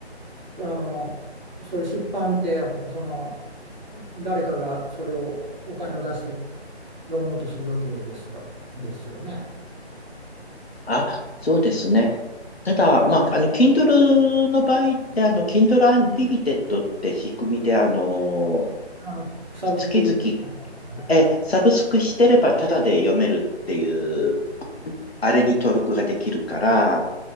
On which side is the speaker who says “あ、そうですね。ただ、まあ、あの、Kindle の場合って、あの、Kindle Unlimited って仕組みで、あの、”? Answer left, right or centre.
Left